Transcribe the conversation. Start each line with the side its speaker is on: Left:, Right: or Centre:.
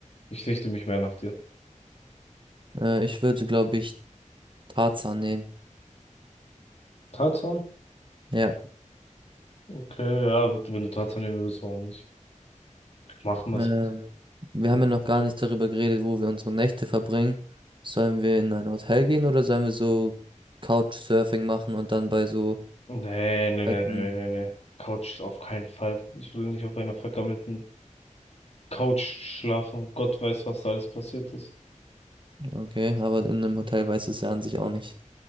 Left: Ich richte mich mehr nach dir.
Right: Äh, ich würde, glaube ich, Tarzan nehmen.
Left: Tarzan?
Right: Ja.
Left: Okay, ja, wenn du trotzdem nehmen würdest, warum nicht? Machen
Right: Äh,
Left: wir's.
Right: wir haben ja noch gar nicht darüber geredet, wo wir unsere Nächte verbringen. Sollen wir in ein Hotel gehen oder sollen wir so Couchsurfing machen und dann bei so
Left: Nee, nee,
Right: alten...
Left: nee, nee, nee, nee. Couch ist auf keinen Fall. Ich will nicht auf einer vergammelten Couch schlafen. Gott weiß, was da alles passiert ist.
Right: Okay, aber in einem Hotel weiß es ja an sich auch nicht.